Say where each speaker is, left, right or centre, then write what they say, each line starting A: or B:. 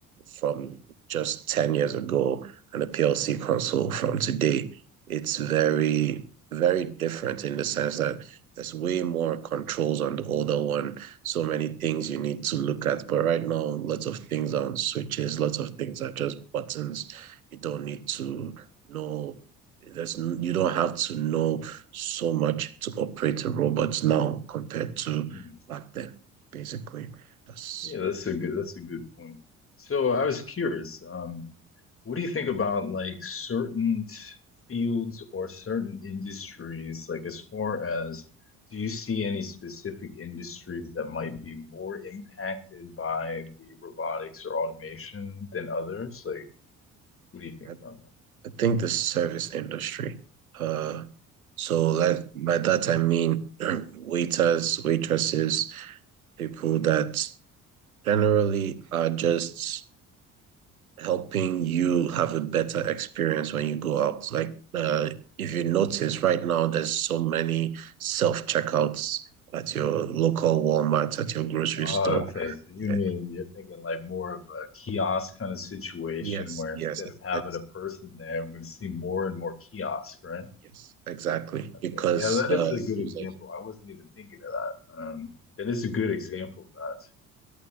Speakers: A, on the right; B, on the left.
A: from just 10 years ago and a PLC console from today, it's very, very different in the sense that there's way more controls on the older one. So many things you need to look at. But right now, lots of things are on switches, lots of things are just buttons. You don't need to know there's you don't have to know so much to operate a robot now compared to
B: hmm,
A: back then basically that's
B: yeah, that's a good that's a good point. So
A: yeah
B: I was curious. Um, What do you think about like certain t- fields or certain industries? Like, as far as do you see any specific industries that might be more impacted by the robotics or automation than others? Like, what do you think
A: i
B: about that?
A: I think the service industry. Uh, so like by that I mean <clears throat> waiters, waitresses, people that generally are just helping you have a better experience when you go out. Like uh, if you notice right now, there's so many self checkouts at your local Walmart, at your grocery
B: Oh,
A: store.
B: okay. So you
A: Yeah.
B: mean you're thinking like more of a kiosk kind of situation
A: Yes.
B: where
A: Yes.
B: instead of having
A: uh,
B: a person there, we're going to see more and more kiosk, right?
A: yes. Exactly. Because
B: Yeah, yeah, that
A: uh,
B: is a good
A: those
B: example.
A: are
B: I wasn't even thinking of that. Um, that is a good example of that.